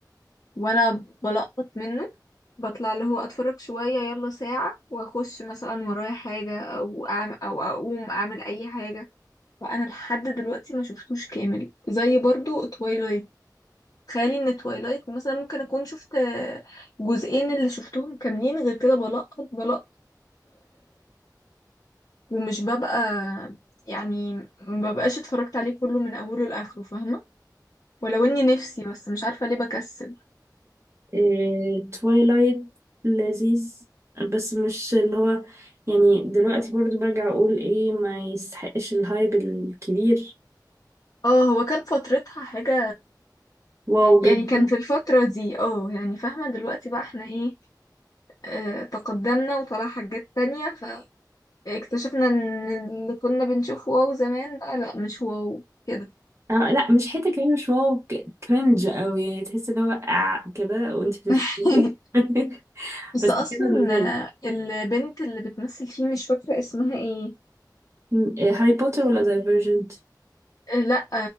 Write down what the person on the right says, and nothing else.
إيه، تويلايت لذيذ بس مش اللي هو يعني دلوقتي برضو برجع اقول ايه ما يستحقش الهايب الكبير
واو
جدا
آه لا مش حته كمان مش واو ك- كرنج قوي يعني تحس اللي هو آه كده وانت بتتفرجي
<laughs>
بس
كده لذيذ
م، إيه، هاري بوتر ولا دايفرجنت